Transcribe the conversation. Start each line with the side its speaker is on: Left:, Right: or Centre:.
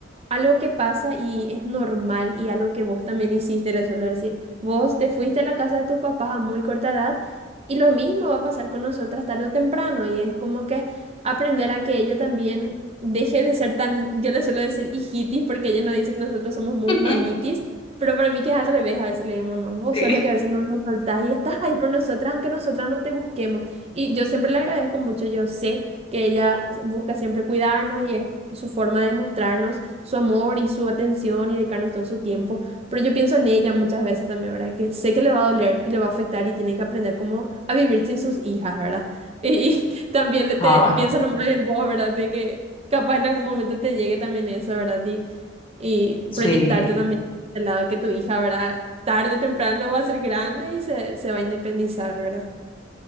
Right: algo que pasa y es normal y algo que vos también hiciste, le suelo decir, vos te fuiste a la casa de tus papás a muy corta edad y lo mismo va a pasar con nosotras tarde o temprano y es como que aprender a que ella también... Deje de ser tan, yo le suelo decir hijitis porque ella nos dice que nosotros somos muy
Left: <laughs>
Right: mamitis, pero para mí que es al revés, a veces le digo, mamá, vos
Left: Sí.
Right: sos la que a veces no nos soltás y estás ahí por nosotras, aunque nosotras no te busquemos. Y yo siempre le agradezco mucho, yo sé que ella busca siempre cuidarnos y es su forma de mostrarnos su amor y su atención y dedicarnos todo su tiempo. Pero yo pienso en ella muchas veces también, ¿verdad? Que sé que le va a doler y le va a afectar y tiene que aprender cómo a vivir sin sus hijas, ¿verdad? <laughs> Y, y también
Left: Ay,
Right: te, pienso nomás en vos, ¿verdad? De que capaz en algún momento te llegue también eso, ¿verdad? Y, y
Left: sí.
Right: proyectarte también. Del lado que tu hija, ¿verdad? Tarde o temprano va a ser grande y se, se va a independizar, ¿verdad?